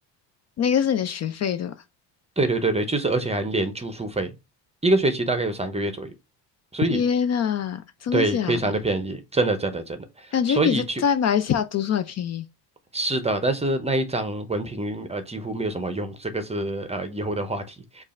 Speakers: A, on the left; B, on the right.
A: 那个是你的学费对吧？
B: 对对对对，就是而且还连住宿费，一个学期大概有三个月左右，所以
A: 天呐，真的假的？
B: 对非常的便宜，真的真的真的。
A: 感觉比在在马来西亚读书还便宜。
B: 所以就是的，但是那一张文凭呃几乎没有什么用，这个是呃以后的话题。